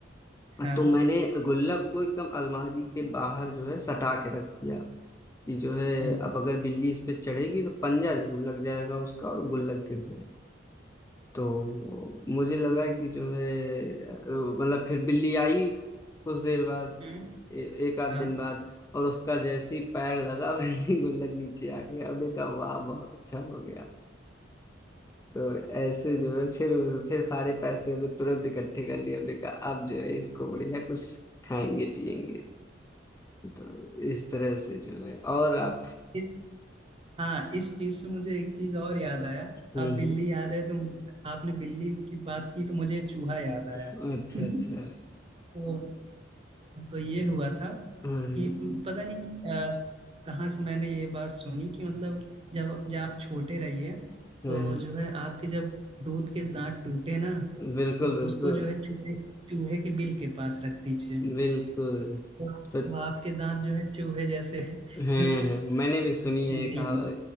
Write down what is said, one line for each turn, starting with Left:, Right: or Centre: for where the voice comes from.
Right: हाँ
Left: तो मैंने गुल्लक को एकदम अलमारी के बाहर जो है सटा के रख दिया कि जो है
Right: हम्म
Left: अब अगर बिल्ली इस पे चढ़ेगी तो पंजा जरूर लग जाएगा उसका और गुल्लक गिर जाए तो मुझे लगा कि जो है अ, मतलब फिर बिल्ली आई कुछ देर बाद
Right: हम्म,
Left: ए, एक आध
Right: हाँ
Left: दिन बाद और उसका जैसे ही पैर लगा <laughs> वैसे ही गुल्लक नीचे आ गया हमने कहा वाह बहुत अच्छा हो गया। तो ऐसे
Right: हम्म।
Left: जो है फिर फिर सारे पैसे हमें तुरंत इकट्ठे कर लिए हमने कहा अब जो है इसको बढ़िया कुछ खाएंगे पिएंगे तो इस तरह से जो है और आप
Right: <laughs> हाँ इस चीज से मुझे एक चीज और याद आया
Left: हम्म
Right: आप बिल्ली याद है तो आपने बिल्ली की बात की तो मुझे चूहा याद आया
Left: हम्म, अच्छा
Right: <laughs>
Left: अच्छा
Right: तो तो ये हुआ था
Left: हम्म
Right: कि पता नहीं अ, कहाँ से मैंने ये बात सुनी कि मतलब जब जब आप छोटे रहिए
Left: हम्म
Right: तो
Left: हम्म,
Right: जो है आपके जब दूध के दांत टूटे ना
Left: हम्म। बिल्कुल
Right: तो
Left: बिल्कुल
Right: उसको जो है चूहे चूहे के बिल के पास रख दीजिए
Left: बिल्कुल
Right: तो
Left: तो
Right: वो आपके दांत जो है चूहे जैसे <laughs>
Left: हम्म हम्म, मैंने भी सुनी है
Right: निकलेंगे
Left: कहा